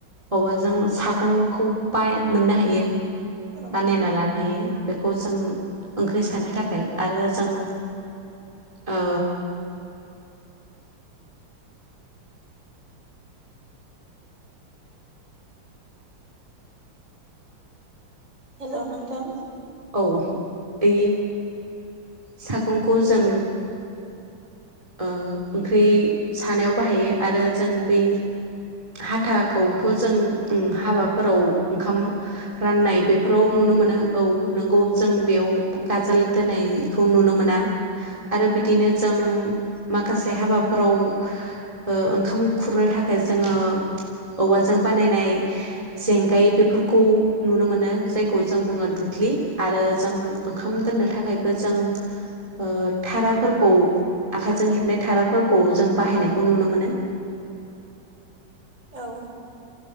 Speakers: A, on the right; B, on the right.
A: औवाजों सागंखौ फाइ मोननो हायो
B: औ
A: बानायना लानो हायो। बेखौ जों ओंख्रि सानो थाखाय आरो जों ओ
B: हेल' नोंथां
A: औ बे सागंखौ जों ओ ओंख्रि सानायाव बाहायो आरो जों बै हाथाखौथ' जों उम हाबाफोराव ओंखाम राननाय बेफोराव नुनो मोनो औ। नोंगौ जों बेयाव गाजोल दोनायखौ नुनो मोना आरो बिदिनो जों माखासे हाबाफोराव ओ ओंखाम खुरनो थाखाय जोङो औवाजों बानायनाय जेंगाय बेफोरखौ नुनो मोनो जायखौ जों बुङो दुख्लि आरो जों ओंखाम दोननो थाखायबो जों ओ थाराफोरखौ आखायजों हेबनाय थाराफोरखौ जों बाहायनायखौ नुनो मोनो।
B: औ